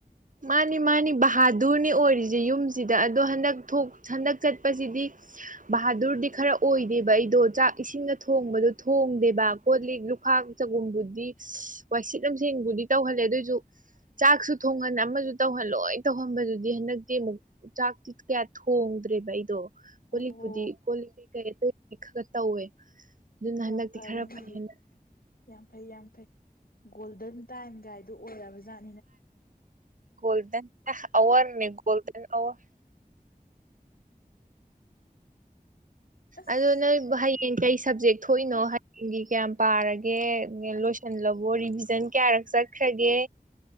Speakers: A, on the right (about 60°); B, on the left (about 70°).
A: ꯃꯥꯅꯤ ꯃꯥꯅꯤ ꯕꯍꯥꯗꯨꯔꯅꯤ ꯑꯣꯏꯔꯤꯖꯦ ꯌꯨꯝꯁꯤꯗ ꯑꯗꯣ ꯍꯟꯗꯛ ꯊꯣꯛ ꯍꯟꯗꯛ ꯆꯠꯄꯁꯤꯗꯤ ꯕꯍꯥꯗꯨꯔꯗꯤ ꯈꯔ ꯑꯣꯏꯗꯦꯕ ꯑꯩꯗꯣ ꯆꯥꯛ ꯏꯁꯤꯡꯅ ꯊꯣꯡꯕꯗꯣ ꯊꯣꯡꯗꯦꯕ ꯀꯣ ꯂꯤꯛ ꯈꯥꯛ ꯆꯒꯨꯝꯕꯨꯗꯤ ꯋꯥꯏꯁꯤꯠ ꯂꯝꯁꯦꯡꯕꯨꯗꯤ ꯇꯧꯍꯜꯂꯦ ꯑꯗꯨꯑꯣꯏꯖꯨ ꯆꯥꯛꯁꯨ ꯊꯣꯡꯍꯟ ꯑꯃꯁꯨ ꯇꯧꯍꯟ ꯂꯣꯏ ꯇꯧꯍꯟꯕꯗꯨꯗꯤ ꯍꯟꯗꯛꯇꯤ ꯃꯨꯛ ꯆꯥꯛꯇꯤ ꯀꯌꯥ ꯊꯣꯡꯗ꯭ꯔꯦꯕ ꯑꯩꯗꯣ ꯀꯣꯜ
B: ꯑꯣ
A: ꯂꯤꯛꯄꯨꯗꯤ ꯀꯣꯜ ꯂꯤꯛ ꯀꯩꯀꯩ ꯑꯇꯩ ꯈꯔ ꯈ ꯇꯧꯋꯦ ꯑꯗꯨꯅ ꯍꯟꯗꯛꯇꯤ
B: ꯌꯥꯝ ꯐꯔꯦꯅꯦ
A: ꯈꯔ ꯐꯩ
B: ꯗꯨꯗꯤ
A: ꯍꯟꯗꯛ
B: ꯌꯥꯝ ꯐꯩ ꯌꯥꯝ ꯐꯩ ꯒꯣꯜꯗꯟ ꯇꯥꯏꯝ ꯒꯥꯏꯗꯨ ꯑꯣꯏꯔꯕ ꯖꯥꯟ
A: ꯒꯣꯜꯗꯟ ꯑꯋꯔꯅꯦ ꯒꯣꯜꯗꯟ ꯑꯋꯔ
B: ꯑꯁ
A: ꯑꯗꯣ ꯅꯣꯢꯝ ꯍꯌꯦꯡ ꯀꯩ ꯁꯞꯖꯦꯛ ꯊꯣꯛꯏꯅꯣ ꯍꯌꯦꯡꯒꯤ ꯀ꯭ꯌꯥꯝ ꯄꯥꯔꯒꯦ ꯂꯣꯏꯁꯟꯂꯕꯣ ꯔꯤꯚꯤꯖꯟ ꯀ꯭ꯌꯥ ꯔꯛ ꯆꯠꯈ꯭ꯔꯒꯦ